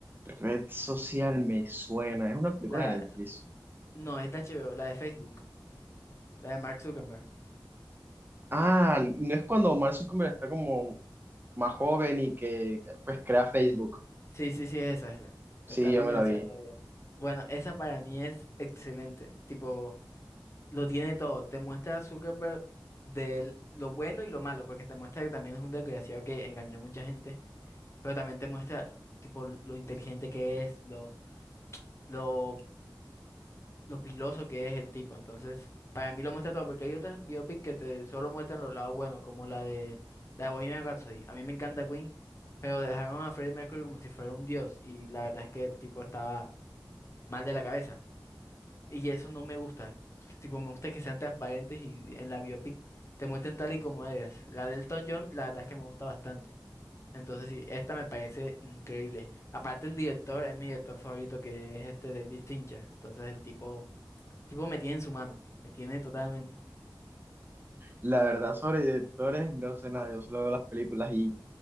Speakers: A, on the right; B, on the left.
A: Red social me suena. Es una película
B: La,
A: de Netflix.
B: no, es de HBO, la de Facebook, la de Mark Zuckerberg.
A: Ah, no es cuando Mark Zuckerberg está como más joven y que pues crea Facebook.
B: Sí, sí, sí, es esa, es esa.
A: Sí,
B: Está en
A: yo
B: la universidad
A: me la vi.
B: todavía. Bueno, esa para mí es excelente. Tipo, Lo tiene todo. Te muestra a Zuckerberg de lo bueno y lo malo, porque te muestra que también es un desgraciado que engañó a mucha gente, pero también te muestra tipo lo inteligente que es, lo, lo, lo piloso que es el tipo. Entonces, para mí lo muestra todo, porque hay otras biopic que te solo muestran los lados buenos, como la de la de Bohemian Rhapsody. A mí me encanta Queen, pero dejaron a Freddie Mercury como si fuera un dios, y la verdad es que el tipo estaba mal de la cabeza. Y eso no me gusta. Tipo, me gusta que sean transparentes y en la biopic te muestren tal y como eres. La de Elton John, la verdad es que me gusta bastante. Entonces, sí, esta me parece increíble. Aparte, el director es mi director favorito, que es este David Fincher. Entonces, el tipo, el tipo me tiene en su mano. Me tiene totalmente.
A: La verdad sobre directores no sé nada, yo solo veo las películas y